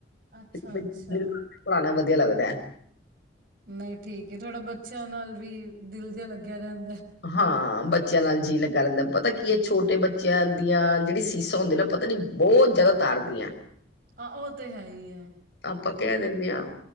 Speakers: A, on the right (about 50°); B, on the left (about 70°).
A: ਅੱਛਾ-ਅੱਛਾ,
B: <inaudible> ਪੜਾਨਾ ਵਧੀਆ ਲੱਗਦਾ।
A: ਨਈ ਠੀਕ ਥੋੜਾ ਬੱਚਿਆਂ ਨਾਲ ਵੀ ਦਿਲ ਜਿਹਾ ਲੱਗਿਆ ਰਹਿੰਦਾ।
B: ਹਾਂ ਬੱਚਿਆਂ ਨਾਲ ਜੀ ਲੱਗਾ ਰਹਿੰਦਾ ਪਤਾ ਕੀ ਛੋਟੇ ਬੱਚਿਆਂ ਦੀਆਂ ਜਿਹੜੀ ਸੀਸਾਂ ਹੁੰਦੀ ਨਾ ਪਤਾ ਨੀ ਬੌਤ ਜਾਦਾ ਤਾਰਦੀਆਂ।
A: ਆ ਉਹ ਤੇ ਹੈ ਹੀ ਹੈ।
B: ਤਾਂ ਆਪਾਂ ਕਹਿ ਦਿੰਦੇ ਹਾ,